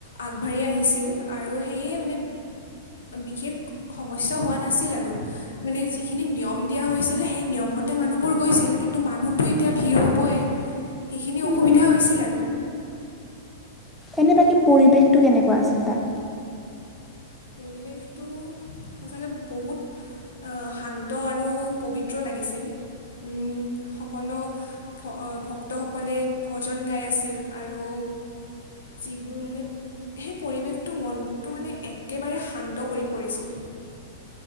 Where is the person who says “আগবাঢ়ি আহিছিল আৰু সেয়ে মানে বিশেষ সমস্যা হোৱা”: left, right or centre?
Left